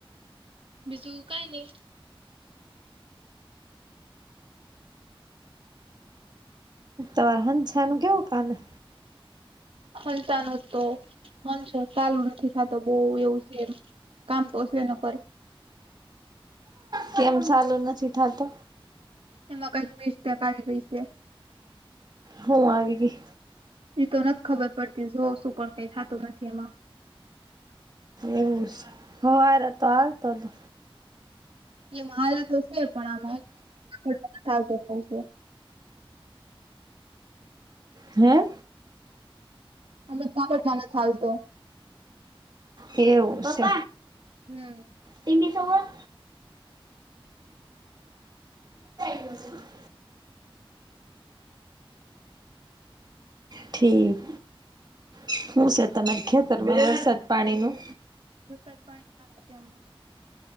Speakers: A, on the right; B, on the right.
A: મિશુ કા ગઈ.
B: તર હંછાનું કેવું ભાને
A: હંચાનું તો હનશો ચાલુ નથી થતો બહ એવું છે એમ કામ તોસે ના કરે
B: કેમ સાલો નથી થાતો?
A: એમાં કંઈક મિક્ટેક આવી ગઈ છે.
B: હું આવી ગી
A: એ તો નથી ખબર પડતી જો કઈ થતું નથી એમાં
B: એવું શી હવારે તો હાલ તો તો,
A: એમાં હાલ તો છે પણ એમાં <unintelligible>
B: હે!
A: <unintelligible>
B: એવું શે.
A: હમ.
B: ટીવી શોમાં <unintelligible> ઠીક. શું છે તમારે ખેતર મા વરસાદ પાણી નું
A: વરસાદ પાણી સારા થીયા હમણાં.